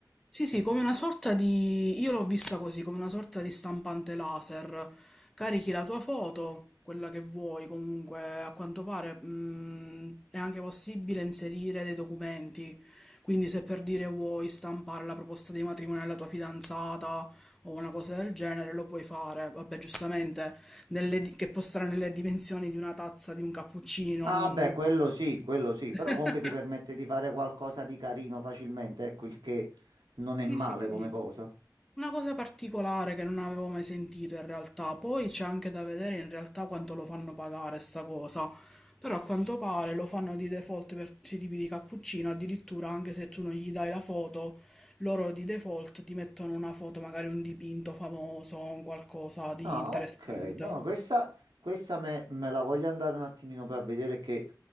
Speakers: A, in the centre; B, on the right.
A: Sì, sì, come una sorta di... Io l'ho vista così, come una sorta di stampante laser. Carichi la tua foto, quella che vuoi, comunque, a quanto pare, mh, è anche possibile inserire dei documenti. Quindi se per dire vuoi stampare la proposta di matrimonio alla tua fidanzata o una cosa del genere, lo puoi fare. Vabbè, giustamente, nelle di- che può stare nelle dimensioni di una tazza di un cappuccino,
B: Ah,
A: non...
B: beh, quello sì, quello sì,
A: <laughs>
B: però comunque ti permette di fare qualcosa di carino facilmente, ecco il che non
A: Sì,
B: è male
A: sì, sì.
B: come cosa.
A: Una cosa particolare che non avevo mai sentito in realtà, poi c'è anche da vedere in realtà quanto lo fanno pagare sta cosa, però a quanto pare lo fanno di default per tutti i tipi di cappuccino, addirittura anche se tu non gli dai la foto, loro di default ti mettono una foto, magari un dipinto famoso, un qualcosa di
B: Ah,
A: interessante.
B: ok. No, questa, questa me, me la voglio andare un attimino per vedere che